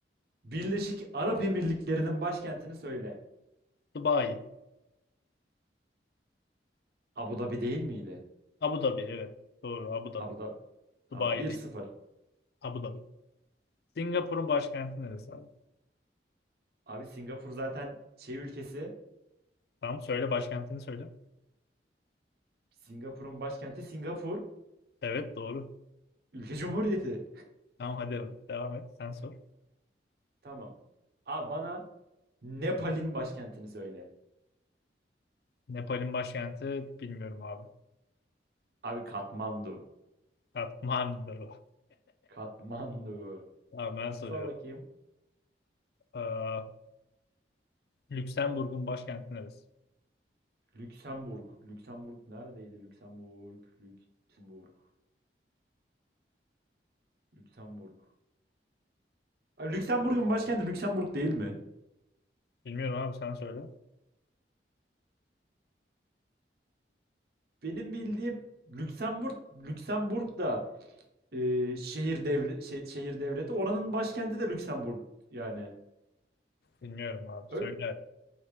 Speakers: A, on the right; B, on the left.
A: Birleşik Arap Emirlikleri'nin başkentini söyle.
B: Dubai.
A: Abu Dhabi değil miydi?
B: Abu Dhabi evet. Doğru Abu Dhabi.
A: Abu Dhabi. Tamam.
B: Dubai
A: bir
B: değil.
A: sıfır.
B: Abu Dhabi. Singapur'un başkenti neresi abi?
A: Abi Singapur zaten şey ülkesi.
B: Tamam söyle başkentini söyle.
A: Singapur'un başkenti Singapur.
B: Evet doğru.
A: Ülke Cumhuriyeti.
B: Tamam hadi evet, devam et. Sen sor.
A: <laughs> Tamam. Abi bana Nepal'in başkentini söyle.
B: Nepal'in başkenti bilmiyorum abi.
A: Abi Katmandu.
B: Kathmandu. <laughs>
A: Katmandu.
B: Tamam ben soruyorum.
A: Sor bakayım.
B: Ee, Lüksemburg'un başkenti neresi?
A: Lüksemburg. Lüksemburg neredeydi? Lüksemburg. Lüksemburg. Lüksemburg. Abi Lüksemburg'un başkenti Lüksemburg değil mi?
B: Bilmiyorum abi sen söyle.
A: Benim bildiğim Lüksemburg, Lüksemburg da e, şehir devlet şey, şehir devleti. Oranın başkenti de Lüksemburg yani.
B: Bilmiyorum abi. Söyle.
A: Ö-